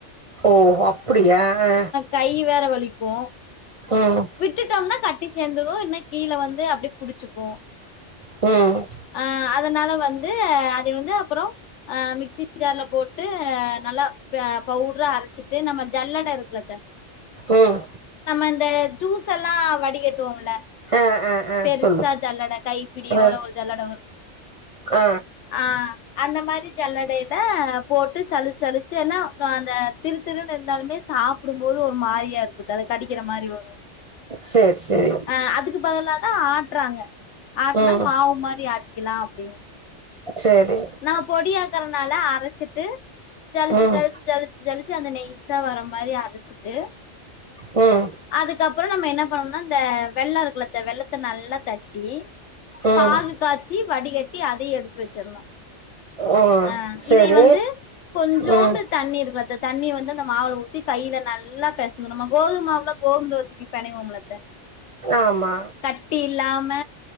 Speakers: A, on the right; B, on the left.
A: ஓ அப்டியா ஆ
B: கை வேற வலிக்கு
A: ம்
B: விட்டுட்டோம்னா கட்டி சேந்துடு இல்னா கீழ வந்து அப்டியே புடிச்சிக்கு
A: ம்
B: அ அதனால வந்து அது வந்து அப்றோ ஆ மிக்சி ஜார்ல போட்டு நல்லா ப பவுட்ரா அரச்சிட்டு நம்ம ஜல்லடை இருக்குலத்த
A: ம்
B: நம்ம இந்த ஜூஸ் எல்லா வடிகட்டுவோம்ல
A: ஆ ஆ ஆ
B: பெருசா
A: சொல்லு
B: ஜல்லட கைப்பிடியோட
A: ஆ
B: ஒரு ஜல்லட வரு
A: ஆ
B: ஆ அந்த மாதிரி ஜல்லடையில போட்டு சளிச் சளிச்சு ஏன்னா ஆ அந்த திருத்திருனு இருந்தாலுமே சாப்பிடும்போது ஒரு மாரியா இருக்குந்தானே கடிக்கிற மாரி வரு
A: சேர் செரி
B: ஆ அதுக்கு பதிலதா ஆட்டுறாங்க ஆட்னா
A: ம்
B: மாவு மாதிரி ஆட்டிக்கலாம் அப்படின்னு
A: சேரி
B: நா பொடியாக்கறனால அரைச்சிட்டு தளுச்சு
A: ம்
B: தளுத்து தழுச்சி தளிச்சு அந்த நெய்ஸா வர மாதிரி அரைச்சிட்டு
A: உம்
B: அதுகாப்த நம்ம என்ன பண்ணும்னா இந்த வெள்ள இருக்கல வெள்ளத்த நல்லா தட்டி
A: ம்
B: பாகு காய்ச்சி வடிகட்டி அதையு எடுத்து வச்சிர்ணு
A: ஓ
B: அ
A: சேரி
B: இதை வந்து கொஞ்சோண்டு
A: ம்
B: தண்ணி இருக்குல அந்த தண்ணி வந்து அந்த மாவுல ஊத்தி கையில நல்லா பெசந்து நம்ம கோது மாவுல கோதும் தோசைக்கு பெனைவோம்ல அத்த
A: ஆமா
B: கட்டி இல்லாம